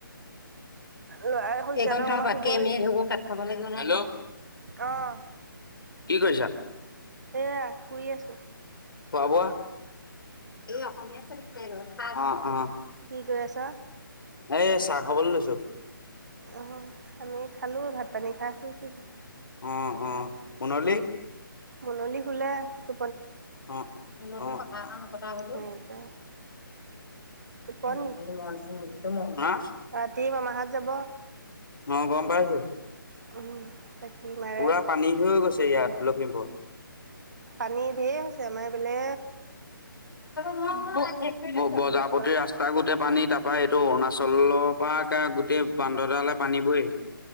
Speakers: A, on the right; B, on the left.
A: ল'ৰাই শুইছে
B: এঘণ্টা
A: নহয় অকণমান
B: বাতে
A: শুব
B: এ
A: সি।
B: মিনিট হবো কাট থব লাগি হেল্ল
A: অ',
B: <inaudible> কি কৰিছা।
A: এয়া শুই আছোঁ।
B: খোৱা বোৱা? এই অসমীয়া চাৰিত পেগ। উম উম
A: কি কৰি আছ?
B: এ চাহ খাবলৈ লৈছো।
A: অ', আমি খালো ভাত পানী খাই শুইছোহি।
B: অ অ মুললি।
A: মুললি শুলে টো
B: অ মোল লগত যে কথা এটা নপতা হলো
A: সেইটোৱে
B: <unintelligible>
A: টোপনি ৰাতি মামাহঁত যাব।
B: অ গম পাইছোঁ
A: উম, এতিয়া কি মাৰে।
B: পুৰা পানী হৈ গৈছে ইয়াত লখিমপুৰত। <inaudible>
A: পানী ধেৰ হৈছে আমাৰ এই এইবলে
B: <unintelligible> ব বজাৰপতি
A: য'ত ত'ত।
B: ৰাস্তা গোতেই পানী তাপা এইটো অৰুণাচল পা গোটেই বান্দৰডালে পানী বৈ আহি